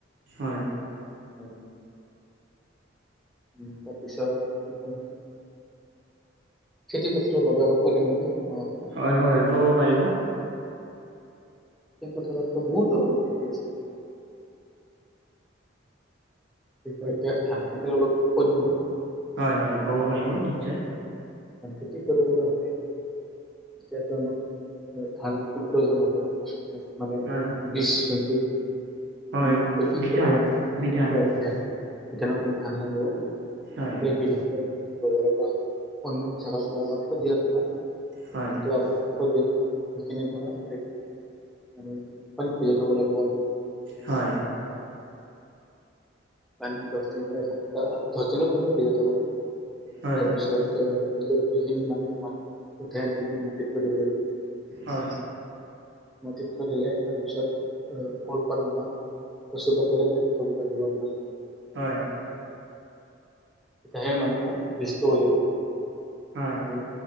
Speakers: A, on the right; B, in the centre.
A: হয়।
B: হয়। উম, তাৰপিছত কি কমনো। খেতি পথাৰৰ বাবে অলপ কৈ দিওঁ নেকি মই?
A: হয় হয় ক'ব পাৰিব।
B: সেই পথাৰটো বহুত ধৰণৰ খেতি আছে এতিয়া। এতিয়া ধান খেতি অলপ কৈ দিওঁ মই।
A: হয় হয় ক'ব পাৰিব নিশ্চয়।
B: ধান খেতি কৰিবলৈ হলে- এতিয়াটো আমাক ধানটো প্ৰয়োজন হ'ব না মানে
A: হয়
B: বীজ যোনটো।
A: হয়
B: আমি কঠিয়া
A: বিধান বিধান
B: পিঠানৰ কাৰণে ধান লাগিব।
A: হয়।
B: থাক অন জাগৰ পৰা বা থ দিয়াৰ পৰা।
A: হয়
B: যোৱাবাৰ। সেইখিনিৰ পৰা উঠাই কেনে পানীত বিজাই থব লাগিব।
A: হয়।
B: মানে দহ দিন মানে, এ সপ্তাহ দহ দিনৰ কাৰণে ভিজাই থব লাগিব,
A: হয়
B: তাৰ পিছত- সেই সেইখিনি মানে মাটিত উঠাই আনি কিনে মাটিত থৈ দিব লাগিব।
A: হয়।
B: মাটিত থৈ দিলে তাৰ পিছত আহ, কল পাট বা- কচু পাতেৰে ঢাকি থই দিব লাগে।
A: হয়
B: সেয়ে মানে বেচটো ওলাই দে
A: হয়
B: উম